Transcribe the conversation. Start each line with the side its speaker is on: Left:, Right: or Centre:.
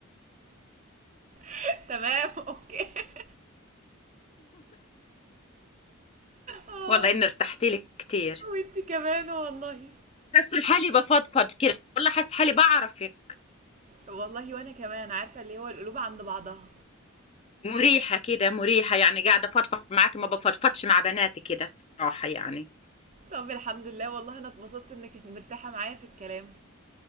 Right: <laughs> تمام اوكي <laughs> اه
Left: والله إني ارتحت لك كتير
Right: وانتي كمان والله
Left: حاسة حالي بفضفض كده والله حاسة حالي بعرفك
Right: والله وأنا كمان، عارفة اللي هو القلوب عند بعضها.
Left: مريحة كده مريحة يعني قاعدة فضفض معاكي ما بفضفضش مع بناتي كده الصراحة يعني
Right: طب الحمد لله والله أنا اتبسطت إنِّك مرتاحة معايا في الكلام،